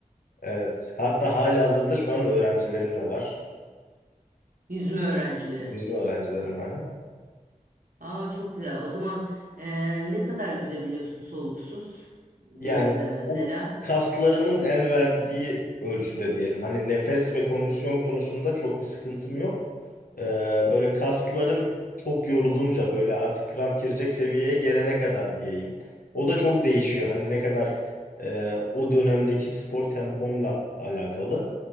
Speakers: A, on the left; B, on the right.
A: Evet. Hatta halihazırda şu an öğrencilerim de var.
B: Yüzme öğrencileri.
A: Yüzme öğrencilerim. Aha.
B: Aa çok güzel. O zaman eee, ne kadar yüzebiliyorsun soluksuz denizde
A: Yani
B: mesela?
A: o kaslarımın el verdiği ölçüde diyelim. Hani nefes ve kondisyon konusunda çok bir sıkıntım yok. Ee, böyle kaslarım çok yorulunca böyle artık kramp girecek seviyeye gelene kadar diyeyim. O da çok değişiyor. Hani ne kadar e, o dönemdeki spor tempomla alakalı